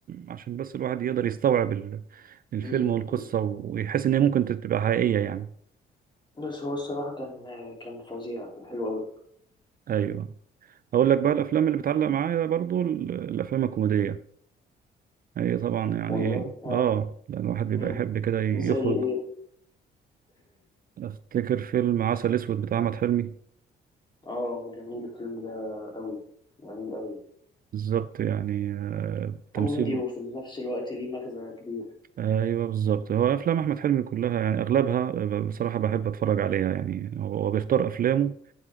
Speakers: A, on the right (about 45°); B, on the left (about 20°).
A: عشان بس الواحد يقدر يستوعب ال- الفيلم
B: مم.
A: والقصة
B: مم.
A: ويحس ان هي ممكن تبقى حقيقية يعني
B: بس هو الصراحة كان كان فظيع كان حلو أوي
A: ايوه اقول لك بقى الافلام اللي بتعلق معايا برضو ال- الافلام الكوميدية هي طبعا يعني
B: والله
A: ايه
B: اه
A: اه لأن الواحد بيبقى
B: مم.
A: يحب كده يخرج
B: زي ايه
A: افتكر فيلم عسل اسود بتاع احمد حلمي
B: اه جميل الفيلم ده أوي جميل أوي
A: بالظبط يعني آه،
B: كوميدي
A: تمثيل
B: وفي نفس الوقت ليه مغزى كبير
A: ايوه بالظبط هو افلام احمد حلمي كلها يعني اغلبها ب- بصراحه بحب اتفرج عليها يعني هو هو بيختار افلامه